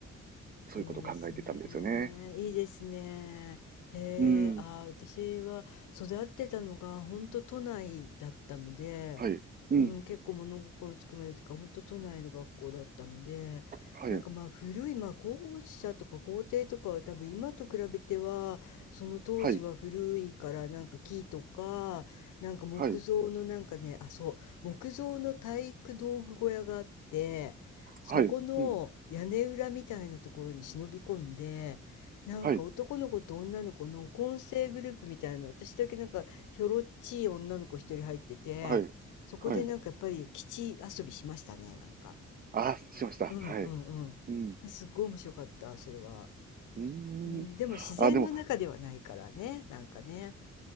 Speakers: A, on the right; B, on the left.
A: そういうことを考えてたんですよね。
B: いいですね。いいですね。へえ、
A: うん。
B: あー、私は育ってたのが本当都内だったので、
A: はい。うん。
B: うん、結構物心つくまでというか本当都内の学校だったので、
A: はい。
B: なんかまあ古い、まあ校舎とか校庭とかは多分今と比べては、その当時は古いからなんか木とか、
A: はい。
B: なんか木造のなんかね、
A: はい。
B: あ、そう、木造の体育道具小屋があって、そこの屋根裏みたいなところに忍び込んで、
A: はい。うん。
B: なんか男の子と女の子の混成グループみたいな、
A: はい。
B: 私だけなんかひょろっちい女の子一人入ってて、
A: はい。
B: そこでなんかやっぱり基地遊びしましたね、
A: はい。
B: なんか。
A: ああ、しました。
B: うんうんうん。
A: はい。うん。
B: すっごい面白かった、それは。
A: うーん。
B: うん、でも自然の中ではないからね、
A: あ、でも、
B: なんかね。